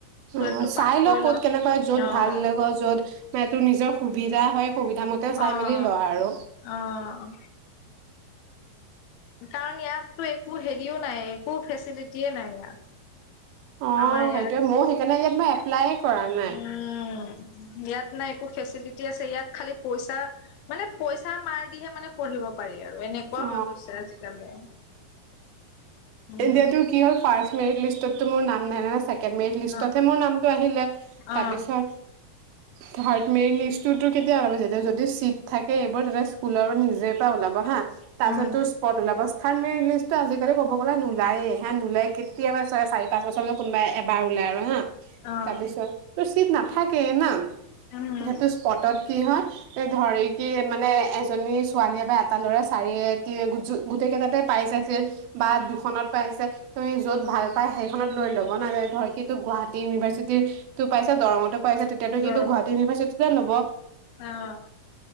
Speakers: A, on the left; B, on the right.
A: টুৱেলভটো
B: উ চাই
A: পাছ কৰি
B: লও ক'ত
A: লওঁ
B: কেনেকুৱাই য'ত ভাল
A: অ
B: লাগিব য'ত মতেটোৰ নিজৰ সুবিধা হয় সুবিধা মতে
A: অ',
B: চাই মেলি লোৱা আৰু
A: অ', কাৰণ ইয়াতো একো হেৰিও নাই একো ফেচিলিটিয়ে নাই ইয়াত।
B: অ
A: আমাৰ ইয়াত
B: সেইটোৱে মই সেইকাৰণে ইয়াত মই এপ্লাইে কৰা নাই
A: উম, ইয়াত নাই একো ফেচিলিটি আছে ইয়াত খালি পইচা মানে পইচাৰ মাৰ দিহে মানে পঢ়িব পাৰি আৰু আৰু এনেকুৱা
B: অ
A: হৈ গৈছে আজিকালি উম,
B: এতিয়া টো কি হয় ফাৰ্ষ্ট মেৰিট লিষ্ট ততটো মোৰ নাম নাই ন মেৰিট লিষ্টতে
A: অ',
B: মোৰ নাম টো আহিলে
A: অ',
B: তাৰপাছত থাৰ্ড মেৰি নিজটোতো কেতিয়া ওলাব যেতিয়া যদি চিট থাকে এইবোৰ তেতিয়া স্কুলৰ পৰা নিজৰ এ পৰা ওলাব হা তাৰপাছতো
A: উম,
B: স্পট ওলাব স্থান ইংলিছটো আজিকালি ক'ব গ'লে নোলায়ে হে নোলাই কেতিয়াবা চাৰি পাঁচ বছৰত কোনোবাই। বাৰ ওলাই হা
A: অ',
B: তাৰপিছত তো চিত নাথাকে থাকে না
A: উম,
B: তাতটো স্পটত কি হয় ধৰি কি মানে এজনী ছোৱালীয়ে বা এটা লৰা চাৰি গোটেই কেইটাতে পাইছাইছিল বা দুখনত পাইছে তুমি য'ত ভাল পাই সেইখনত লৈ ল'ব না ধৰ কিটো গুৱাহাটী ইউনিভাৰ্চিটি টো পাইছা দৰঙতো তেতিয়া টো
A: গৰম
B: সি টো গুৱাহাটী ইউনিভাৰ্চিটি টো লব
A: অ',